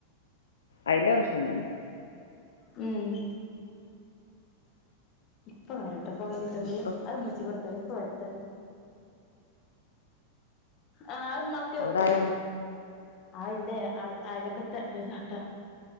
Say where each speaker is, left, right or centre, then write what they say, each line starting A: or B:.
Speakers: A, on the left; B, on the left.
A: അതിന്റെ പ്രശ്നം തന്നെ
B: ഉം ഇപ്പൊ വരട്ടെ കോലിത്തങ്ങള്
A: അപ്പം
B: അത് മുച്ചി കൊടുത്തള ഇപ്പ വരട്ടെ ആഹ അത് മക്കെ
A: അവിടെ
B: ഇർത്താളെ
A: ആരാ
B: ആതിന്റെ അ അഴക്കത്തെ സാട്ട